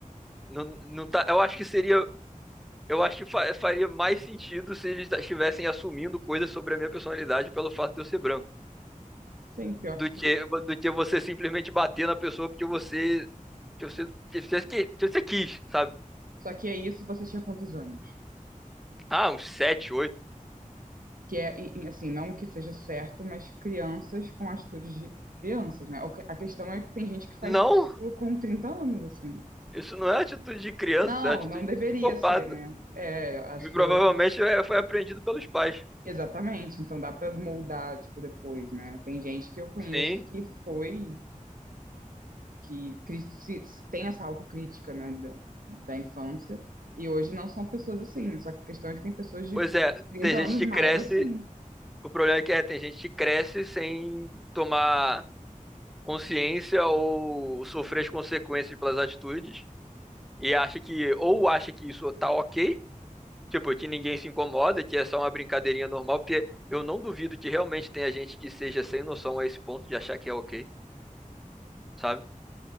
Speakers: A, in the centre; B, on the right.
A: não, não tá, eu acho que seria, eu acho que fa- faria mais sentido se eles estivessem assumindo coisas sobre a minha personalidade pelo fato de eu ser branco,
B: Sim, pior
A: do
B: que
A: que
B: sim.
A: do que você simplesmente bater na pessoa porque você que você que você, que você quis, sabe?
B: Só que é isso, você tinha quantos anos?
A: Ah, uns sete, oito.
B: Que é, e- e, assim, não que seja certo, mas crianças com atitudes de crianças, né? O que- A questão é que tem gente que faz
A: Não,
B: isso com 30 anos, assim.
A: isso não é atitude de criança,
B: Não,
A: isso é atitude
B: não deveria
A: de psicopata.
B: ser, né? É, acho
A: E
B: que
A: provavelmente
B: é uma...
A: é- foi aprendido pelos pais.
B: Exatamente, então dá pra moldar, tipo, depois, né? Tem gente que eu conheço
A: Sim.
B: que foi que cri- se- se- tem essa autocrítica, né, da, da infância, e hoje não são pessoas assim. Só que a questão é que tem pessoas de
A: Pois é,
B: 30
A: tem gente
B: anos
A: que
B: mais
A: cresce.
B: assim.
A: O problema é que é, tem gente que cresce sem tomar consciência ou sofrer as consequências pelas atitudes e acha que, ou acha que isso tá ok, tipo, que ninguém se incomoda, que é só uma brincadeirinha normal, porque eu não duvido que realmente tenha gente que seja sem noção a esse ponto de achar que é ok, sabe?